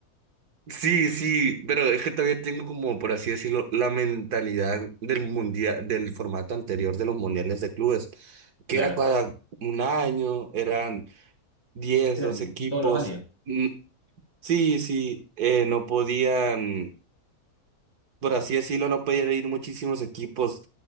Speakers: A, on the right; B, on the left.
A: Sí, sí, pero es que todavía tengo como, por así decirlo, la mentalidad del mundial, del formato anterior de los mundiales de clubes, que
B: claro.
A: era cada un año, eran diez
B: Eran
A: dos equipos.
B: todos los años.
A: Mm, Sí, sí, eh, no podían. por así decirlo, no podían ir muchísimos equipos